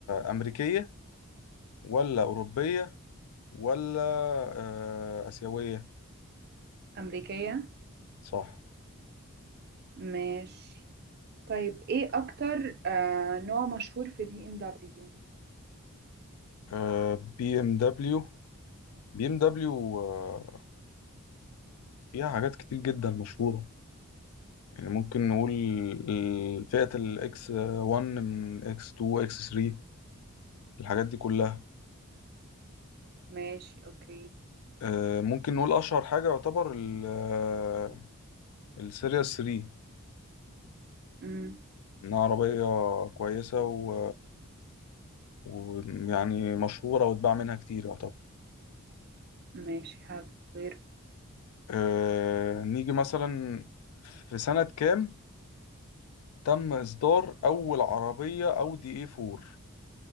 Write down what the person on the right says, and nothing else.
أمريكية
ماشي طيب ايه أكتر آه نوع مشهور في بي ام دبليو
ماشي اوكي
مم.
ماشي حلو غير